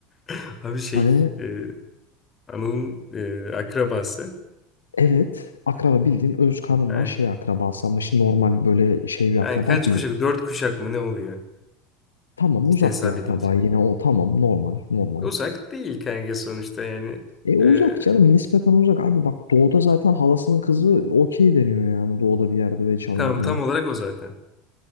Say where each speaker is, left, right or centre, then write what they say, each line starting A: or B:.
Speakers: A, on the left; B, on the left.
A: <laughs> Abi şey
B: Hani
A: e, Anıl'ın e, akrabası.
B: evet akraba bildiğin öz kanından
A: Yani,
B: şey akrabası ama şimdi normal böyle şey bir akraba
A: yani kaç
B: değil.
A: kuşak? Dört kuşak mı ne oluyor?
B: Tamam
A: İşte
B: uzak
A: hesap
B: bir akraba
A: edince.
B: yine o tamam normal normal.
A: Uzak değil kanka sonuçta yani.
B: E uzak
A: E,
B: canım nispeten uzak abi bak doğuda zaten halasının kızı okey deniyor yani doğuda bir yerde ve Çanollu
A: tamam tam olarak o zaten.